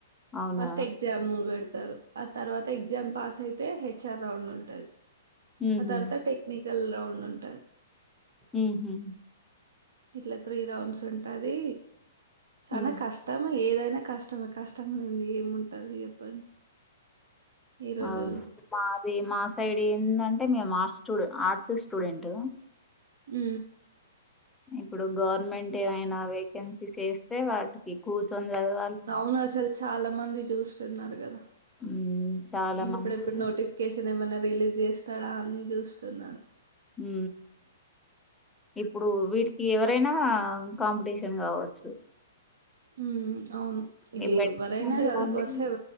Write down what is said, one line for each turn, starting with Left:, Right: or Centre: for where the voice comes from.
Centre: అవునా
Right: ఫస్ట్ ఎక్జామ్ పెడతారు తర్వాత ఎగ్జామ్ పాస్ అయితే హేచర్ రౌండ్ ఉంటంది
Centre: ఉహు
Right: ఆ తర్వాత టెక్నికల్ రౌండ్ ఉంటుంది
Centre: ఉ హు
Right: ఇట్లా త్రీ రౌండ్స్ ఉంటది చాన
Centre: ఉ
Right: కష్టం ఏదైనా కష్టమే కష్టం లేదు ఏముంటది చెప్పండి ఈ రోజుల్లో
Centre: అవును మాది మా సైడ్ ఏంటంటే మేము హాస్టల్ చూడు ఆర్ట్స్ స్టూడెంట్
Right: ఉ
Centre: ఇప్పుడు గవర్నమెంట్ ఏమైనా వేకెన్సీస్ వస్తే వాటికి కూర్చొని చదివి
Right: అవును అసలు చాలా మంది చూస్తున్నారు కదా
Centre: ఉ చాలా మంది
Right: ఇప్పుడెప్పుడు నోటిఫికేషన్ ఏమైన్నా రిలీజ్ చేస్తాడా అని చూస్తున్నారు
Centre: ఉ ఇప్పుడు వీటికి ఎవరైనా కాంపిటీషన్ కావచ్చు
Right: ఉ అవును
Centre: ఈ
Right: ఎవరైనా
Centre: మెడిసిన్ అంటే
Right: చదువుకోవచ్చు
Centre: ఓన్లీ